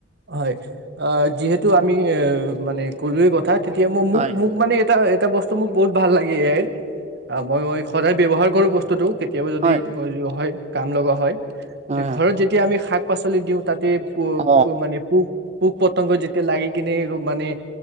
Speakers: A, on the right; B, on the right.
A: হয় আহ যিহেতু আমি এ মানে কলো কথা তেতিয়া মই মোক-মোক
B: হয়
A: মানে এটা এটা বস্তু মোক বহুত ভাল লাগে ইয়াই আহ মই মই সদায় ব্যৱহাৰ কৰো বস্তুতোক কেতিয়াবা যদি
B: হয়
A: হয় কাম লগা হয়।
B: হয়
A: টো
B: হয়
A: ঘৰত
B: হয়
A: যেতিয়া আমি শাক- শাক পাচলি দিওঁ তাতে প
B: অ
A: ক মানে পু পোক পতংগ যেতিয়া লাগি কিনে মানে এ